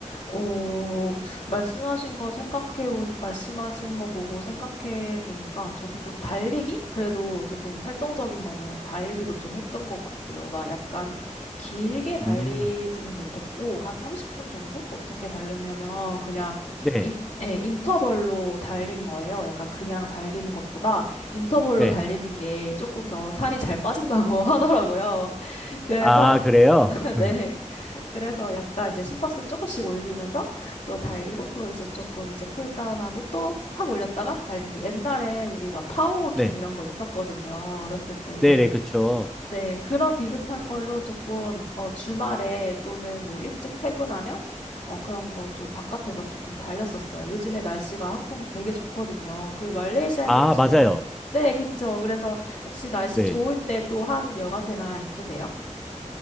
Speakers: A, on the left; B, in the centre.
A: 어 말씀하신 거 생각해 보 말씀하신 거 보고 생각해 보니까 저도 좀 달리기 그래도 조금 활동적인 거는 달리기도 좀 했던 것 같아요. 막 약간 길게 달리지는
B: 음,
A: 못했고 한 30분 정도 어떻게 달렸냐면 그냥
B: 네,
A: 인 예, 인터벌로 달린 거예요. 약간 그냥 달리는 것보다 인터벌로
B: 네.
A: 달리는 게 조금 더 살이 잘 빠진다고 <laughs> 하더라고요. 그래서
B: 아, 그래요?
A: <laughs>
B: <laughs>
A: 네. 그래서 약간 이제 심박수를 조금씩 올리면서 또 달리고 또 이제 조금 이제 쿨다운하고 또 확 올렸다가 달리고 옛날에 우리 막 파워워킹
B: 네.
A: 이런 거 있었거든요. 어렸을 때.
B: 네네, 그쵸.
A: 네. 그런 비슷한 걸로 조금 어, 주말에 또는 뭐 일찍 퇴근하면 어, 그런 거 좀 바깥에서 조금 달렸었어요. 요즘에 날씨가 한국 되게 좋거든요. 그 말레이시아에도
B: 아,
A: 혹시
B: 맞아요.
A: 네, 그쵸. 그래서 혹시 날씨
B: 네.
A: 좋을 때 또 하는 여가 생활 있으세요?